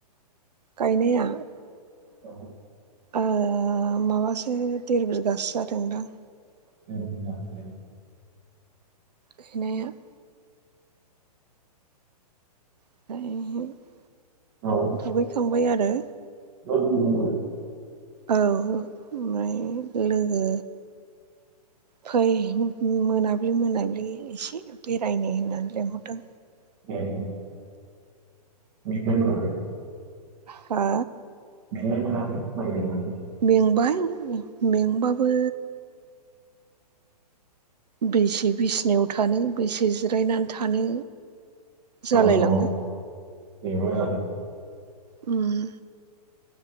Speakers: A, on the right; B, on the right.
A: गायनाया
B: औ।
A: आ माबासो देर बिगासो जादोंदां।
B: <inaudible>
A: गैनाया। <inaudible>
B: औ।
A: दुगैखांबाय आरो।
B: <unintelligible>
A: औ ओमफाय लोगो फै मोनाब्लि मोनाब्लि एसे बेरायनो होननानै लिंहरदों।
B: <unintelligible> <unintelligible>
A: हा?
B: मेंनाय मोनाखै माइ गायनानै?
A: मेंबाय मेंबाबो। बेसे बिसिनायाव थानो बेसे जिरायनानै थानो जालायलाङो।
B: औ औ बेबो आरो।
A: उम।